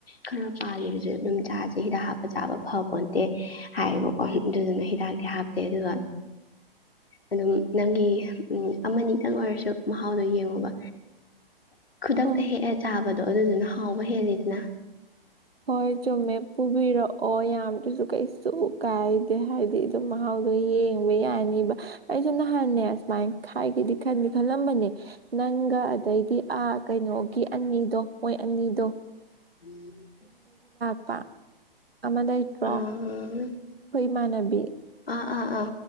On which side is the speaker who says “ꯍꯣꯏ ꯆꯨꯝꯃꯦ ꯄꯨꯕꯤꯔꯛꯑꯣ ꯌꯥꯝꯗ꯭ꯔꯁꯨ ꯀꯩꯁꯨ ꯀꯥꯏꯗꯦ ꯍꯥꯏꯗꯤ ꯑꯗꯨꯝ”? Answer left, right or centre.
Right